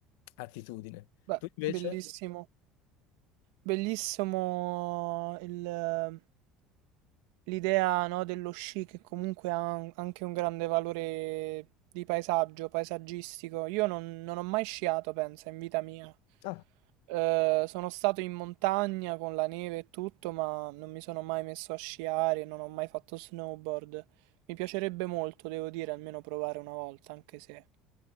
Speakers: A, on the left; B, on the right.
A: attitudine.
B: Beh,
A: Tu invece?
B: bellissimo. Bellissimo il- l'idea, no, dello sci che comunque ha un- anche un grande valore di paesaggio, paesaggistico. Io non, non ho mai sciato, pensa, in vita mia.
A: Ah,
B: Eh, sono stato in montagna con la neve e tutto, ma non mi sono mai messo a sciare, non ho mai fatto snowboard. Mi piacerebbe molto, devo dire, almeno provare una volta, anche se